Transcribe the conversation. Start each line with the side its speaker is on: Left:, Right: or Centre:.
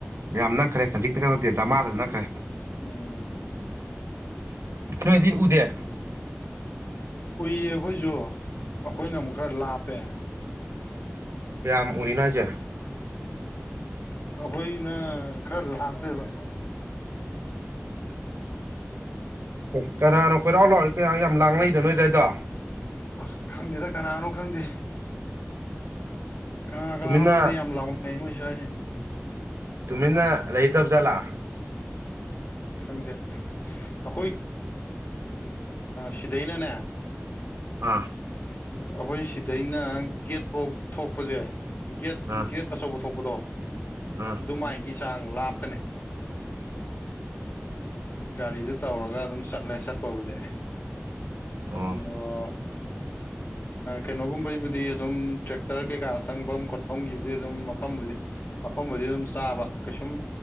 Right: ꯌꯥꯝ ꯅꯛꯈ꯭ꯔꯦ ꯈꯖꯤꯛꯇ ꯈ ꯅꯠꯇꯦ ꯗꯃꯥꯗ ꯅꯛꯈ꯭ꯔꯦ
Left: ꯎꯝ
Right: ꯅꯣꯏꯗꯤ ꯎꯗꯦ
Left: ꯎꯏꯌꯦ ꯑꯩꯈꯣꯏꯁꯨ ꯑꯩꯈꯣꯏꯅ ꯑꯃꯨꯛ ꯈꯔ ꯂꯥꯞꯄꯦ
Right: ꯔꯝ ꯑꯔꯤꯅꯣ ꯍꯥꯏꯁꯦ
Left: ꯑꯩꯈꯣꯏꯅ ꯈꯔ ꯂꯥꯛꯄꯦꯕ
Right: ꯍ ꯀꯅꯥꯅꯣ ꯀꯣꯏꯂꯧꯎ ꯂꯧꯔꯤꯗꯣ ꯀꯌꯥ ꯌꯥꯝ ꯂꯥꯡꯅꯩꯗ ꯅꯣꯏꯗꯗꯥꯏꯗꯣ
Left: ꯑꯁ ꯈꯪꯗꯦꯗ ꯀꯅꯥꯅꯣ ꯈꯪꯗꯦ ꯀꯅꯥ ꯀꯅꯥꯅꯣ
Right: ꯇꯨꯃꯤꯟꯅ
Left: ꯈꯪꯗꯦ ꯌꯥꯝ ꯂꯥꯎꯅꯩ ꯃꯣꯏ ꯁꯋꯥꯏꯁꯦ
Right: ꯇꯨꯃꯤꯟꯅ ꯂꯩꯇꯕ ꯆꯠꯂꯥ
Left: ꯈꯪꯗꯦ ꯑꯩꯈꯣꯏ ꯁꯤꯗꯩꯅꯅꯦ
Right: ꯑꯥ
Left: ꯑꯩꯈꯣꯏ ꯁꯤꯗꯩꯅ ꯒꯦꯠꯐꯧ ꯊꯣꯛꯄꯁꯦ ꯒꯦꯠ
Right: ꯑꯥ
Left: ꯒꯦꯠ ꯑꯆꯧꯕ ꯊꯣꯛꯄꯗꯣ
Right: ꯑꯥ
Left: ꯑꯗꯨꯃꯥꯏ ꯒꯤ ꯆꯥꯡ ꯂꯥꯞꯀꯅꯤ ꯒꯥꯔꯤꯗ ꯇꯧꯔꯒ ꯑꯗꯨꯝ ꯆꯠꯂꯦ ꯆꯠꯄꯕꯨꯗꯤ
Right: <inaudible>
Left: <unintelligible> ꯀꯩꯅꯣꯒꯨꯝꯕꯩꯕꯨꯗꯤ ꯑꯗꯨꯝ ꯇ꯭ꯔꯦꯛꯇꯔ ꯀꯩꯀꯥ ꯆꯪꯐꯝ ꯈꯣꯠꯐꯝꯒꯤꯕꯨꯗꯤ ꯑꯗꯨꯝ ꯃꯐꯝꯕꯨꯗꯤ ꯃꯐꯝꯕꯨꯗꯤ ꯑꯗꯨꯝ ꯆꯥꯕ ꯀꯩꯁꯨꯝ